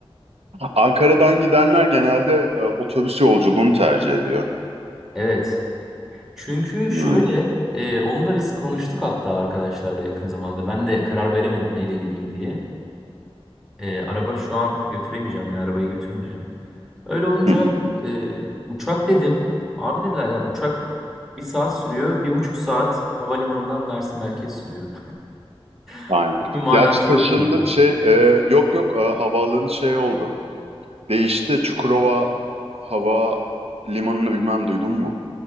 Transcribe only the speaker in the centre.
Evet. Çünkü şöyle
e, onu da biz konuştuk hatta arkadaşlarla yakın zamanda. Ben de karar veremedim neyle gideyim diye. E, araba şu an götüremeyeceğim yani arabayı götürmeyeceğim. Öyle olunca
e, uçak dedim. Abi dediler ya uçak bir saat sürüyor. Bir buçuk saat havalimanından Mersin merkez sürüyor. <laughs>
Çok bir manası
yok gibi.